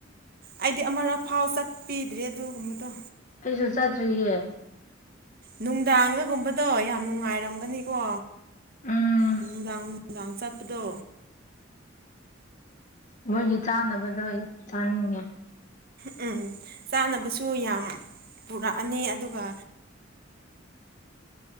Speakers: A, on the right; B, on the left.
A: ꯑꯩꯗꯤ ꯑꯃꯔꯛ ꯐꯥꯎ ꯆꯠꯄꯤꯗ꯭ꯔꯦ ꯑꯗꯨꯒꯨꯝꯕꯗꯣ
B: ꯑꯩꯁꯨ ꯆꯠꯇ꯭ꯔꯤꯌꯦ
A: ꯅꯨꯡꯗꯥꯡꯒꯒꯨꯝꯕꯗꯣ ꯌꯥꯝ ꯅꯨꯡꯉꯥꯏꯔꯝꯒꯅꯤꯀꯣ
B: ꯎꯝ
A: ꯅꯨꯡꯗꯥꯡ ꯅꯨꯡꯗꯥꯥꯡ ꯆꯠꯄꯗꯣ
B: ꯃꯣꯏꯒꯤ ꯆꯥꯅꯕꯗꯣ ꯑꯩ ꯆꯥꯅꯤꯡꯉꯦ
A: ꯝ ꯎꯝ ꯆꯥꯅꯕꯁꯨ ꯌꯥꯝ ꯄꯨꯔꯛꯑꯅꯤ ꯑꯗꯨꯒ